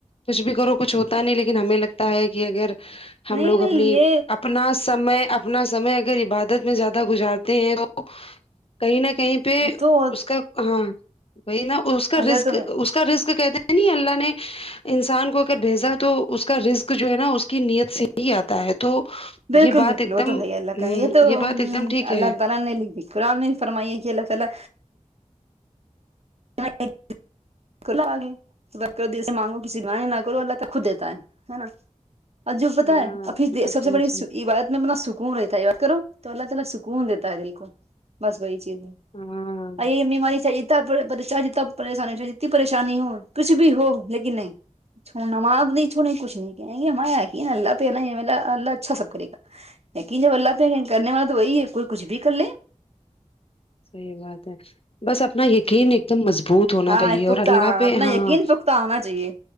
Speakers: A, on the left; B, on the right.
A: کچھ بھی کرو کچھ ہوتا نہیں لیکن ہمیں لگتا ہے کہ اگر ہم
B: نہیں
A: لوگ
B: نہیں
A: اپنی
B: یہ
A: اپنا سمے اپنا سمے اگر عبادت میں زیادہ گزارتے ہیں تو کہیں نہ کہیں پہ
B: تو
A: اس کا ہاں وہی نا اس
B: اظہر
A: کا رزق
B: تو
A: اس کا رزق کہتے نہیں اللہ نے انسان کو اگر بھیجا تو اس کا رزق جو ہے نا اس کی نیت سے ہی آتا ہے تو
B: بالکل
A: یہ بات
B: بالکل
A: ایک
B: وہ
A: دم
B: تو بھائی اللہ
A: ہ
B: کا یہ تو
A: بات ایک دم ٹھیک ہے
B: اللہ تعالی نے قران میں ہی فرمائی کے اللہ تعالی <unintelligible> <unintelligible> نہ کرو اللہ کا خود دیتا ہے نا اج پتا
A: ہاں
B: ہے ابھی
A: بس
B: سب سے
A: وہی
B: بڑی
A: چیز
B: عبادت میں سکون رہتا ہے عبادت کرو تو اللہ تعالی سکون دیتا ہے دل کو بس وہی چیز ہے
A: ہاں
B: امی ہماری <unintelligible> چاہے جتنا پریشانی ہو چاہے جتنی پریشانی ہو کچھ بھی ہو لیکن نہیں چھوڑنماز نہیں چھوڑ نہیں کچھ نہیں کہ یہ ہم ن اللہ پہ ہے نالہ اللہ اچھا سب کرے گا یقین جب اللہ پہ کرنے والا تو وہی ہے کوئی کچھ بھی کر لے
A: صحیح بات ہے بس اپنا یقین ایک دم مضبوط ہونا
B: ہاں
A: چاہیے
B: پختہ
A: اور اللہ پہ
B: اپنا
A: ہاں
B: یقین پختہ ہونا چاہیے